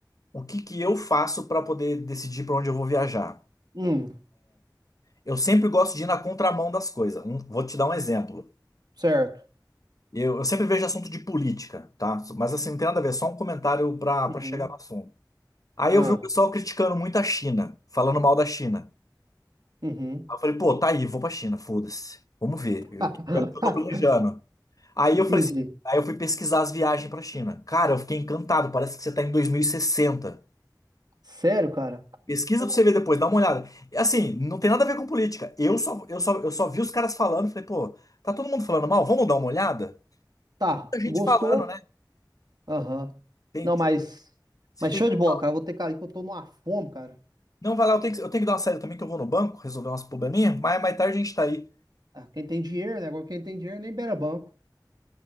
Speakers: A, on the left; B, on the right.
A: O que que eu faço para poder decidir para onde eu vou viajar?
B: Hum,
A: Eu sempre gosto de ir na contramão das coisas. Um- vou te dar um exemplo.
B: certo.
A: Eu, eu sempre vejo assunto de política, tá? Mas assim, não tem nada a ver, só um comentário para
B: Uhum.
A: para chegar no assunto. Aí
B: Ah,
A: eu vi o pessoal criticando muito a China, falando mal da China.
B: uhum.
A: Aí eu falei, pô, tá aí, vou pra China, foda-se. Vamos ver. Eu,
B: <laughs>
A: tô- é o que eu tô planejando. Aí
B: Entendi.
A: eu falei assim, aí eu fui pesquisar as viagens pra China. Cara, eu fiquei encantado, parece que você tá em 2060.
B: Sério, cara?
A: Pesquisa pra você ver depois, dá uma olhada. E, Assim, não tem nada a ver com política. Eu só, eu só, eu só vi os caras falando, e falei, pô, tá todo mundo falando mal, vamos dar uma olhada?
B: Tá,
A: Muita gente
B: gostou?
A: falando, né?
B: Aham.
A: Tem,
B: Não, mas,
A: se
B: mas
A: tem...
B: show de bola, cara. Eu Vou ter que ir ali que eu tô numa fome, cara.
A: Não, vai lá, eu tenho que, eu tenho que dar uma saída também, que eu vou no banco resolver umas probleminhas, mas mais tarde a gente tá aí.
B: Ah, Quem tem dinheiro, né? Agora quem tem dinheiro nem beira banco.